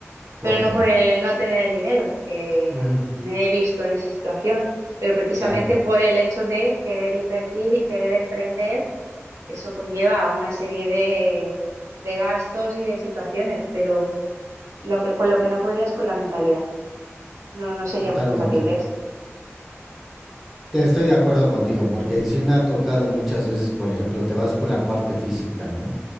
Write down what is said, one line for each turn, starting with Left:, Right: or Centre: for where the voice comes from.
Centre: ¿Por
Right: pero no
Centre: qué?
Right: por el no tener el dinero, porque
Centre: Ujú,
Right: me he visto en esa situación, pero precisamente
Centre: Claro,
Right: por el hecho de querer invertir y querer emprender, eso conlleva una serie de, de gastos y de situaciones, pero lo que, con lo que no podrías con la mentalidad, no, no seríamos
Centre: totalmente.
Right: compatibles.
Centre: Te estoy de acuerdo contigo, porque sí me ha tocado muchas veces, por ejemplo, te vas con la parte física, ¿no?